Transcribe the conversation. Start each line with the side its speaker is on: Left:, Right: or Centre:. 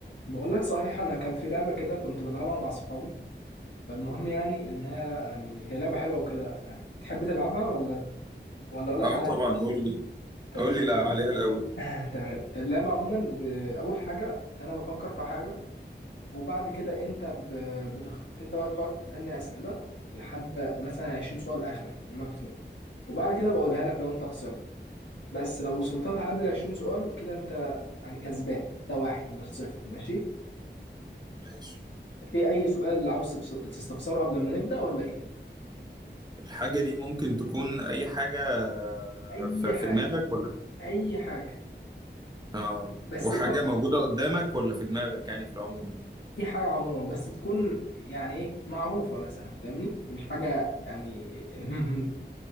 Left: بقول لك صحيح انا كان في لعبه كده كنت بلعبها مع اصحابي فالمهم يعني انها يعني هي لعبه حلوه وكده يعني تحب تلعبها ولا ولا اقول لك
Right: اه
Left: عليها
Right: طبعا
Left: الاول
Right: قول لي
Left: تمام
Right: قول لي لا عليها الاول
Left: <laughs> تمام اللعبه عموما ب- اول حاجه انا بفكر في حاجه وبعد كده انت ب... بتخط... انت بقى بتقعد تسالني اسئله لحد مثلا 20 سؤال اخرك الماكسيموم وبعد كده بقولها لك لو انت خسرت بس لو وصلت لها قبل 20 سؤال كده انت يعني كسبان ده واحد مش صفر ماشي
Right: ماشي
Left: في اي سؤال عاوز تفس- تستفسره قبل ما نبدأ ولا ايه
Right: الحاجه دي ممكن تكون اي حاجه آه،
Left: اي
Right: ف- في
Left: حاجة
Right: دماغك ولا
Left: اي حاجة
Right: اه
Left: بس
Right: وحاجه
Left: تكون
Right: موجوده قدامك ولا في دماغك يعني في العموم
Left: اي حاجة عموما بس تكون يعني ايه معروفة مثلا فاهمني مش حاجة يعني <laughs>